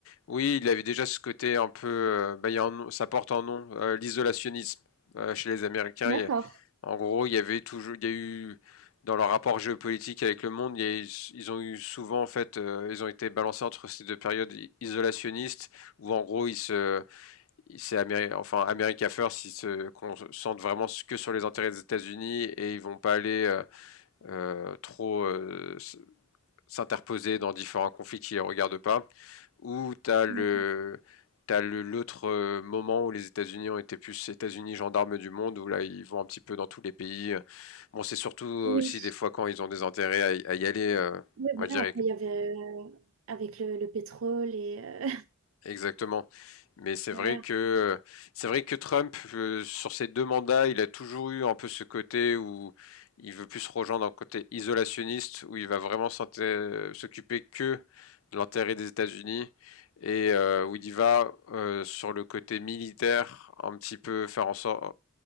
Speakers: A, on the left (about 75°); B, on the right (about 70°).
A: Oui, il avait déjà ce côté un peu, euh, bah, il y a un nom- ça porte un nom, euh, l'isolationnisme Euh, chez les Américains.
B: D'accord.
A: il y a- en gros, il y avait toujours, il y a eu dans leur rapport géopolitique avec le monde, il y a eu- ils ont eu souvent en fait, euh, ils ont été balancés entre ces deux périodes i- isolationnistes où en gros ils se, ils- c'est Améri- enfin America First, ils se concentrent vraiment que sur les intérêts des États-Unis et ils vont pas aller euh, euh, trop euh, s- s'interposer dans différents conflits qui les regardent pas. Ou t'as le
B: D'accord.
A: t'as le l'autre euh, moment où les États-Unis ont été plus États-Unis gendarmes du monde où là ils vont un petit peu dans tous les pays. Bon, c'est surtout aussi
B: Oui.
A: des fois quand ils ont des intérêts à, y- à y aller, euh,
B: Oui,
A: on
B: voilà.
A: va dire
B: après, Il y avait euh, avec le, le pétrole et euh,
A: Exactement. Mais c'est
B: <laughs> voilà.
A: vrai que c'est vrai que Trump, euh, sur ses deux mandats, il a toujours eu un peu ce côté où il veut plus se rejoindre un côté isolationniste, où il va vraiment s'inté- s'occuper que de l'intérêt des États-Unis et euh, où il y va euh, sur le côté militaire, un petit peu faire en sorte,